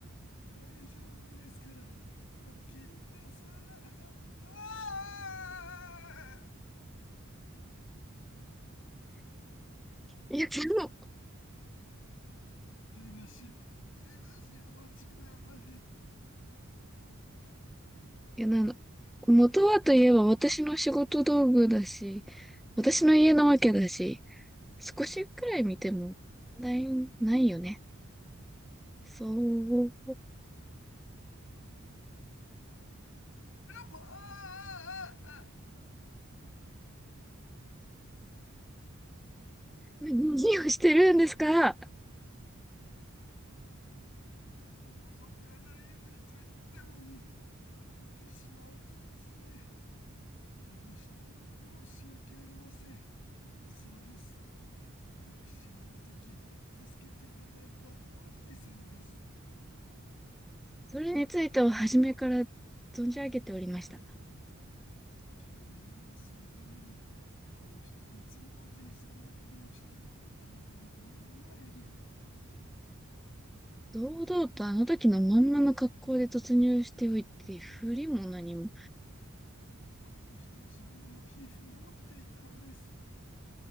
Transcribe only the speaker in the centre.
いや、でも、
いや、なんだ、元はといえば私の仕事道具だし、私の家なわけだし、少しくらい見ても問題ないよね。そう、
何をしてるんですか
それについては初めから存じ上げておりました。
堂々とあの時のまんまの格好で突入しておいて、振りも何も。